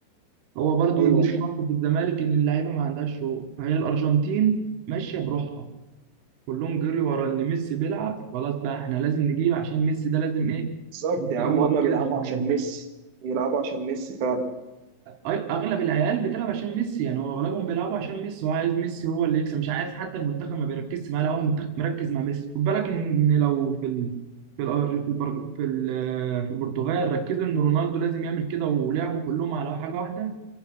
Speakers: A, on the right; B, on the right.
A: هو برضو
B: ايوه
A: دي النقطه في الزمالك ان اللعيبه ما عندهاش روح فهي الارجنتين ماشيه بروحها كلهم جري ورا ان ميسي بيلعب خلاص بقى احنا لازم نجيب عشان ميسي ده لازم ايه
B: بالظبط
A: يتقوى
B: يا عم هما
A: كده
B: بيلعبوا
A: في النهايه
B: عشان ميسي بيلعبوا عشان ميسي فعلا
A: اغلب العيال بتلعب عشان ميسي يعني هو اغلبهم بيلعبوا عشان ميسي هو عايز ميسي هو اللي يكسب مش عايز حتى المنتخب ما بيركزش معاه لا هو المنتخب مركز مع ميسي خد بالك ان لو في ال... في الأر- في البر... في ال... في البرتغال ركزوا ان رونالدو لازم يعمل كده ولعبوا كلهم على حاجه واحده